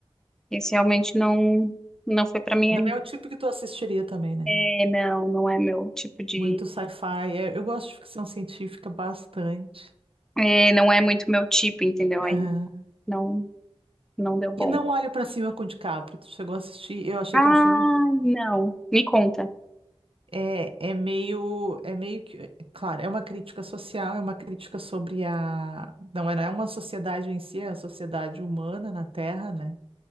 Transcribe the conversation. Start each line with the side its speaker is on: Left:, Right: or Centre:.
Centre: Esse realmente não, não foi pra mim
Right: Não
Centre: ali.
Right: é o tipo que tu assistiria também, né?
Centre: É, não, não é meu tipo de,
Right: Muito sci-fi. É, eu gosto de ficção científica bastante.
Centre: é, não é muito meu tipo, entendeu?
Right: Aham.
Centre: Aí não, não deu bom.
Right: E Não Olhe Pra Cima com o DiCaprio. Tu chegou a assistir? Eu achei
Centre: Ah,
Right: que é um filme bom.
Centre: não, me conta.
Right: É, é meio, é meio que, é claro, é uma crítica social, é uma crítica sobre a, não é, não é uma sociedade em si, é a sociedade humana na Terra, né?